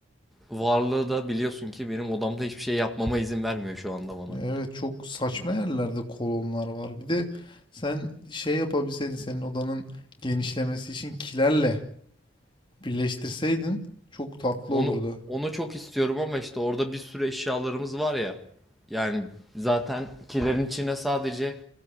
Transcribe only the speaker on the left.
Evet çok saçma yerlerde kolonlar var. Bir de sen şey yapabilseydin senin odanın genişlemesi için kilerle Birleştirseydin çok tatlı
olurdu.